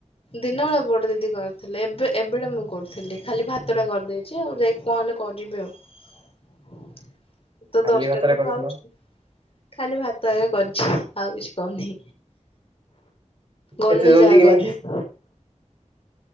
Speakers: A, on the left; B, on the right.
A: ଦିନ ବେଳା ବଡେ ଦିଦି କରିଥିଲେ। ଏବେ ଏବେଟା ମୁଁ କରୁଥିଲି। ଖାଲି ଭାତ ଟା କରିଦେଇଛି। ଆଉ ଯାଇକ କଣ ହେଲା କରିବି ଆଉ। ତ
B: ଖାଲି
A: ଦଶଟାରେ
B: ଭାତରେ
A: ତ
B: କରିଥିଲ।
A: ଖାଉଚୁ ଖାଲି ଭାତ ତ ଆଗ କରିଛି ଆଉ କିଛି କରିନି ଗଲେ
B: ଏତେ ଜଲ୍ଦି
A: ଯାହା
B: କାହିଁକି
A: କରିବି।